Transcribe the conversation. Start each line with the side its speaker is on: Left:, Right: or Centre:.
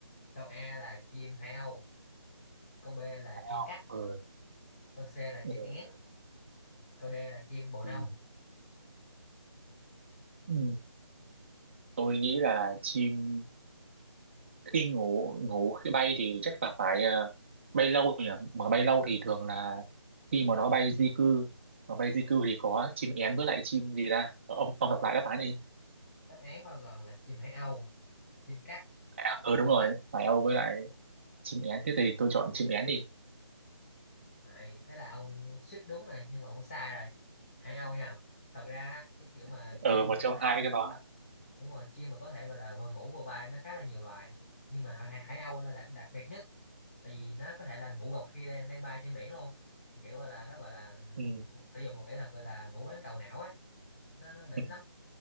Left: câu A là chim hải âu câu B là
Right: phải
Left: chim
Right: không
Left: cắt
Right: ừ.
Left: Câu C là chim
Right: Ừ.
Left: én, câu D là chim bồ nông.
Right: Ừ. Ừ. tôi nghĩ là chim khi ngủ ngủ khi bay thì chắc là phải ờ, bay lâu nhỉ mà bay lâu thì thường là khi mà nó bay di cư mà bay di cư thì có chim én với lại chim gì ra ông ông đọc lại đáp án đi
Left: Đáp án bao gồm là chim hải âu, chim cắt,
Right: phải không? ừ
Left: chim
Right: đúng
Left: én.
Right: rồi phải Âu với lại chim én thế thì tôi chọn chim én đi
Left: Đấy, thế là ông suýt đúng rồi nhưng mà ông sai rồi. Hải âu nha. Thật ra á, cái kiểu mà
Right: ừ
Left: chim
Right: một
Left: mà
Right: trong
Left: có thể
Right: hai
Left: mà
Right: cái đó
Left: đúng rồi, chim mà có thể gọi là vừa ngủ vừa bay nó khá là nhiều loài. Nhưng mà hải, hải âu là đặc, đặc biệt nhất tại vì nó có thể là ngủ gục khi đang đang bay trên biển luôn. Kiểu gọi là nó gọi là
Right: ừ.
Left: một, sử dụng một kỹ thuật gọi là ngủ bán cầu não á, nó nó đỉnh
Right: Ừ.
Left: lắm.